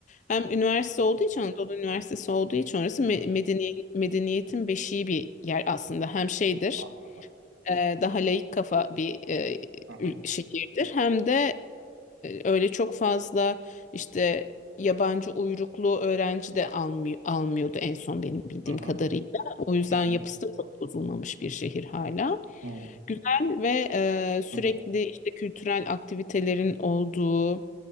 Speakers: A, on the left; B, on the right.
A: hem üniversite
B: Hı
A: olduğu
B: hı.
A: için Anadolu Üniversitesi olduğu için orası
B: Hı
A: me-
B: hı.
A: medeni medeniyetin beşiği bir yer aslında. Hem şeydir
B: Anladım.
A: e, daha laik kafa bir e,
B: Hı hı.
A: ül- şehirdir. Hem de e, öyle çok fazla işte yabancı uyruklu öğrenci de almıyor, almıyordu en son benim bildiğim
B: Hı hı.
A: kadarıyla. O yüzden
B: Hı
A: yapısı da çok bozulmamış bir şehir hala.
B: hı.
A: Güzel ve e, sürekli
B: Hı hı.
A: işte kültürel aktivitelerin olduğu,